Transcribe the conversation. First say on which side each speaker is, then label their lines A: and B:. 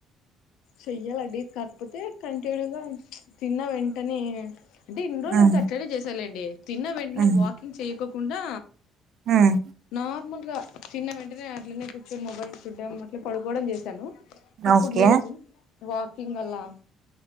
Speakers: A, on the left; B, on the right.
A: చెయ్యాలండి కాకపోతే కంటిన్యూగా తిన్న వెంటనే అంటే ఇన్ని రోజులు
B: ఉమ్,
A: అంత అట్లనే తిన్న వెంటనే
B: ఉమ్,
A: వాకింగ్ చేయకోకుండా
B: ఉమ్,
A: నార్మల్ గా తిన్న వెంటనే అట్లనే కూర్చొని మొబైల్ చూడ్డం అట్లా పడుకోవడం చేశాను ఇప్పుడు
B: ఓకే
A: లేదు వాకింగ్ అలా